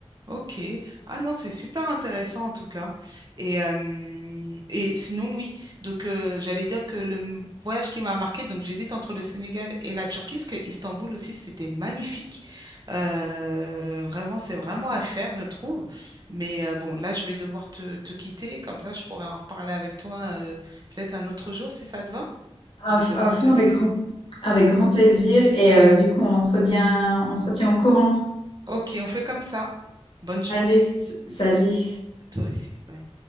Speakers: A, on the right; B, on the left.
A: Ok. Ah non, c'est super intéressant en tout cas. Et, euh, et sinon, oui. Donc, euh, j'allais dire que le m- voyage qui m'a marqué, donc j'hésite entre le Sénégal et la Turquie, parce que Istanbul aussi, c'était magnifique. Euh, vraiment, c'est vraiment à faire, je trouve. Mais euh, bon, là, je vais devoir te, te quitter. Comme ça, je pourrais en reparler avec toi euh, peut-être un autre jour, si ça te va.
B: À,
A: Je vais
B: f-
A: devoir
B: à fond,
A: te laisser.
B: avec grand, avec grand plaisir. Et euh,
A: OK.
B: du coup, on se retient, on se retient au courant.
A: Ok, on fait comme ça. Bonne journée
B: Allez, s- salut.
A: à toi aussi. Bye.